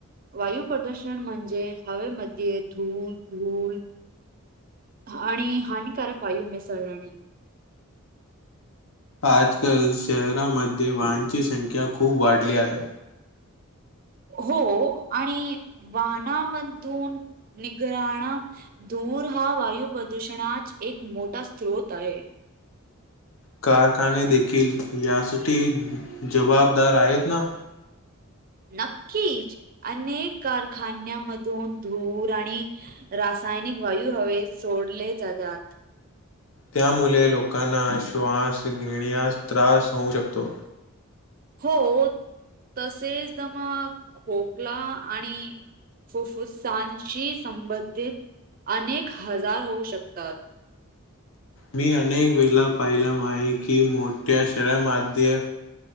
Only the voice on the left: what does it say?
आजकाल शहरांमध्ये वाहनची संख्या खूप वाढली आहे
कारखाने देखील यासाठी जबाबदार आहेत ना?
त्यामुळे लोकांना श्वास घेण्यास त्रास होऊ शकतो.
मी अनेक वेळा पाहिला आहे की मोठ्या शहरामध्ये